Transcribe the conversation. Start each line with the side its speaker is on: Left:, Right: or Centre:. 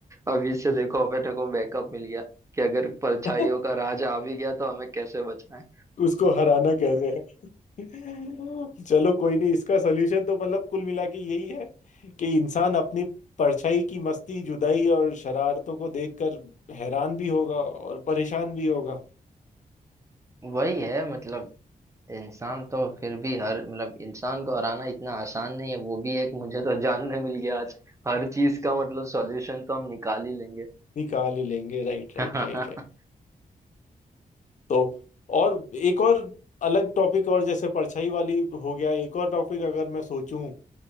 Right: अभी से देखो अपने को बैकअप मिल गया कि अगर परछाइयों
Left: <laughs>
Right: का राज आ भी गया तो हमें कैसे बचना है
Left: उसको हराना कैसे
Right: <laughs>
Left: है <laughs> चलो कोई नहीं इसका सोल्यूशन तो मतलब कुल मिला के यही है कि इंसान अपनी परछाई की मस्ती जुदाई और शरारतों को देखकर हैरान भी होगा और परेशान भी होगा
Right: वही है मतलब इंसान तो फिर भी हर मतलब इंसान को हराना इतना आसान नहीं है वो भी एक मुझे तो जानने मिल गया आज हर चीज का मतलब सॉल्यूशन तो हम निकाल ही लेंगे
Left: निकाल ही लेंगे राइट राइट
Right: <laughs> हम्म
Left: राइट राइट तो और एक और अलग टॉपिक और जैसे परछाई वाली हो गया एक और टॉपिक अगर मैं सोचूं